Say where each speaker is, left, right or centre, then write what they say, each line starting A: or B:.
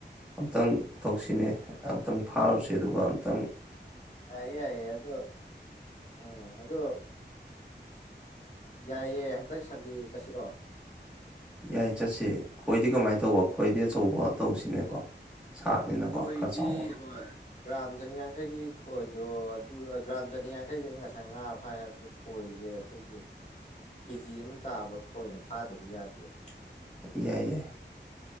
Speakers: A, in the centre; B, on the left (about 40°).
A: ꯑꯝꯛꯇꯪ ꯇꯧꯁꯤꯅꯦ ꯑꯃꯨꯛꯇꯪ ꯐꯥꯔꯨꯁꯦ ꯑꯗꯨꯒ ꯑꯃꯨꯛꯇꯪ
B: ꯍ ꯑꯗꯣ ꯎ ꯑꯗꯣ ꯌꯥꯏꯑꯦ ꯍꯟꯗꯛ ꯁꯟꯗꯦ ꯆꯠꯁꯤꯔꯣ
A: ꯌꯥꯏ ꯆꯠꯁꯤ ꯈꯣꯏꯗꯤ ꯀꯃꯥꯏꯅ ꯇꯧꯕ ꯈꯣꯏꯗꯤ ꯑꯆꯧꯕ ꯇꯧꯁꯤꯅꯦꯀꯣ ꯁꯥꯛꯅꯤꯅꯀꯣ
B: ꯈꯣꯏꯗꯤ
A: ꯈꯔ ꯆꯥꯎꯕ
B: ꯍꯣꯏ ꯀ꯭ꯔꯥꯝ ꯆꯅꯤꯌꯥꯡꯈꯩꯒꯤ ꯈꯣꯏ ꯑꯗꯣ ꯑꯗꯨ ꯒ꯭ꯔꯥꯝ ꯆꯅꯤꯌꯥꯡꯈꯩꯒꯤ ꯑꯩ ꯉꯁꯥꯏ ꯉꯥ ꯐꯥꯏ ꯍꯥꯏꯕꯗꯣ ꯈꯣꯏꯔꯤꯁꯦ ꯑꯩꯈꯣꯏꯒꯤ ꯀꯦꯖꯤ ꯑꯃ ꯇꯥꯕ ꯈꯣꯏꯅ ꯐꯥꯗꯗꯤ ꯌꯥꯗꯦꯕ
A: ꯌꯥꯏ ꯌꯥꯏ